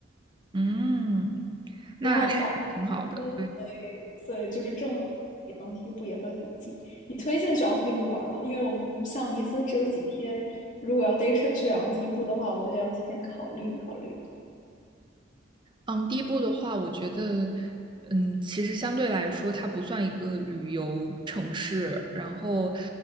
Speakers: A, on the right; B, on the left.
A: 嗯，那是挺好的。
B: 然后我们打嗯所以所以就是正好离昂蒂布也会很近。你推荐去昂蒂布玩儿吗？因为我们像尼斯只有几天，如果要 day trip 去昂蒂布的话，我觉得要提前考虑考虑。
A: 嗯，第一步的话，我觉得，嗯，其实相对来说，它不算一个旅游城市。然后，